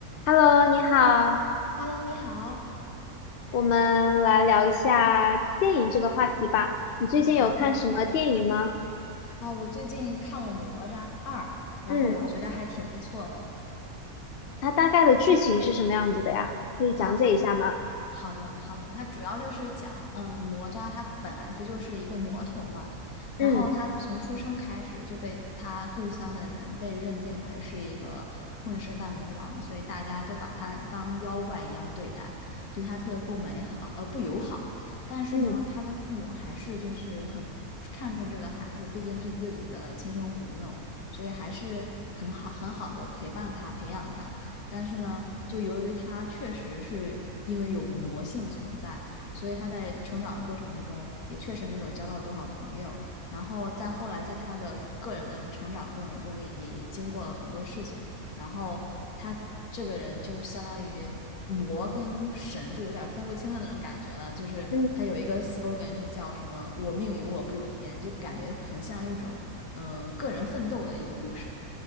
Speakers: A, on the left (about 55°); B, on the left (about 80°).
A: Hello，你好，
B: Hello，你好。
A: 我们来聊一下电影这个话题吧。你最近有看什么电影吗？
B: 好的啊，我最近看了《哪吒二》，然后我觉得还挺不错的
A: 嗯，它大概的剧情是什么样子的呀？可以讲解一下吗？
B: 啊。它好的，好的，它主要就是讲，嗯，哪吒他本来不就是一个魔童嘛，然后他从出生开始就被他故乡的人被认定为是一个混世大魔王，
A: 嗯
B: 所以大家都把他当妖怪一样对待，对他特别不美好，呃，不友好。但是呢，
A: 嗯
B: 他的父母还是就是很看重这个孩子，毕竟是自己的亲生骨肉，所以还是很好很好的陪伴他，培养他。但是呢，就由于他确实是因为有魔性存在，所以他在成长过程中也确实没有交到多少朋友。然后在后来，在他的个人的成长过程中也，也也经过了很多事情。然后他这个人就相当于魔跟神就有点分不清的那种感觉了。就是他有一个
A: 嗯。
B: slogan 是叫什么“我命由我不由天”，就感觉很像一种嗯个人奋斗的一个故事。